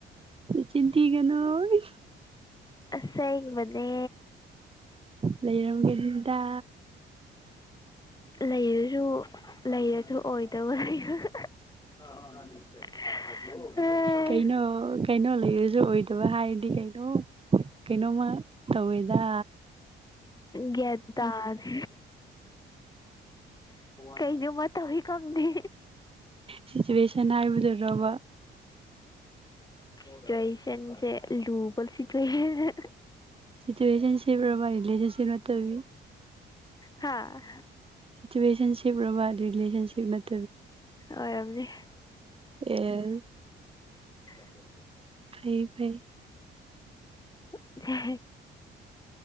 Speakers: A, on the right; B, on the left.
A: ꯆꯤꯟꯊꯤ ꯀꯩꯅꯣ ꯑꯣꯏ
B: ꯑꯁꯦꯡꯕꯅꯦ
A: ꯂꯩꯔꯝꯒ ꯂꯤꯗ
B: ꯂꯩꯔꯁꯨ ꯂꯩꯔꯁꯨ ꯑꯣꯏꯗꯕ ꯂꯩ <inaudible> <unintelligible>
A: ꯀꯩꯅꯣ ꯀꯩꯅꯣ ꯂꯩꯔꯁꯨ ꯑꯣꯏꯗꯕ ꯍꯥꯏꯔꯗꯤ ꯀꯩꯅꯣ ꯀꯩꯅꯣꯝꯃ ꯊꯧ ꯏꯗ
B: ꯒ꯭ꯌꯥꯟ ꯇꯥꯗꯦ ꯀꯩꯅꯣꯃ ꯇꯧꯋꯤ ꯈꯪꯗꯦ
A: ꯁꯤꯆꯨꯋꯦꯁꯟ ꯍꯥꯏꯕꯗꯨꯔꯕ
B: ꯁꯤꯆꯨꯋꯦꯁꯟꯁꯦ ꯂꯨꯕꯜ ꯁꯤꯆꯨꯋꯦꯁꯟ
A: ꯁꯤꯇ ꯑꯦꯖꯦꯟꯁꯤ ꯄ꯭ꯔꯣꯕꯥꯅꯤꯜ ꯑꯦꯖꯦꯟꯁꯤ ꯅꯠꯇꯕꯤ
B: ꯍꯥꯥ
A: ꯁꯤꯆꯨꯋꯦꯁꯟꯁꯤꯞ ꯑꯣꯏꯕ ꯔꯤꯂꯦꯁꯟꯁꯤꯞ ꯅꯠꯇꯦ
B: ꯑꯣꯏꯔꯝꯅꯦ
A: ꯑꯦꯁ
B: <inaudible>
A: ꯐꯩ ꯐꯩ
B: <inaudible>